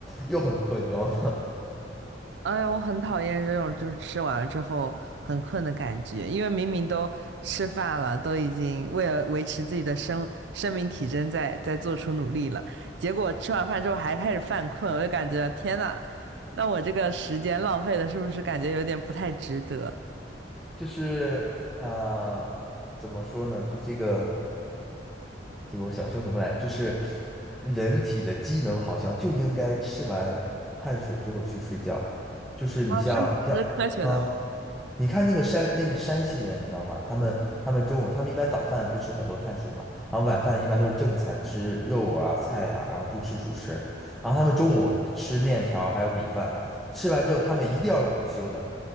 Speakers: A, in the centre; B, on the right (about 70°).
A: <laughs> 又很困，你知道吗？
B: 哎呀，我很讨厌这种就是吃完了之后很困的感觉，因为明明都吃饭了，都已经为了维持自己的生生命体征在在做出努力了，结果吃完饭之后还开始犯困，我就感觉天呐，那我这个时间浪费的是不是感觉有点不太值得？
A: <laughs> 就是呃，怎么说呢？就这个。这个我想说什么来着？就是人体的机能好像就应该吃完碳水之后去睡觉。就是你像，
B: 啊，是吗？是科学的吗？
A: 嗯，你看那个山，那山西人，你知道吗？他们他们中午他们一般早饭不吃很多碳水嘛，然后晚饭一般都是正餐，吃肉啊菜啊，然后不吃主食。然后他们中午吃面条还有米饭，吃完之后他们一定要午休的。